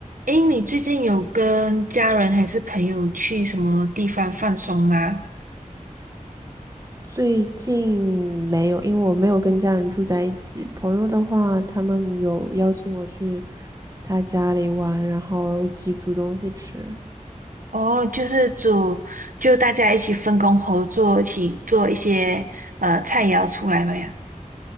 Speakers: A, on the right; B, on the right.
A: 诶，你最近有跟家人还是朋友去什么地方放松吗？
B: 最近没有，因为我没有跟家人住在一起。朋友的话，他们有邀请我去他家里玩，然后一起煮东西吃。
A: 哦，就是煮，就大家一起分工合作，一起做一些呃菜肴出来嘛呀。